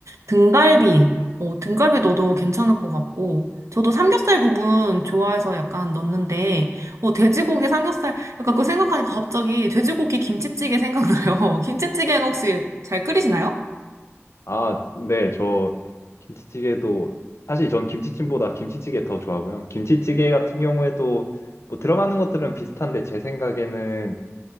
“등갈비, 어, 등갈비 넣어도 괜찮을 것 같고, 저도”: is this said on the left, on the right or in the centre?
Right